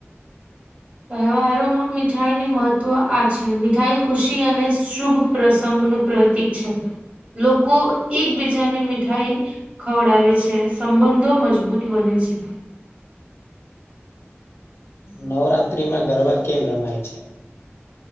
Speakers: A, on the right; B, on the left.
A: તહેવારોમાં મીઠાઈ ની મહત્વ આ છે મીઠાઈ ખુશી અને શુભ પ્રસંગનું પ્રતીક છે, લોકો એકબીજાની મીઠાઈ ખવડાવે છે સંબંધો મજબૂત બને છે.
B: નવરાત્રી માં ગરબા કેમ રમાય છે?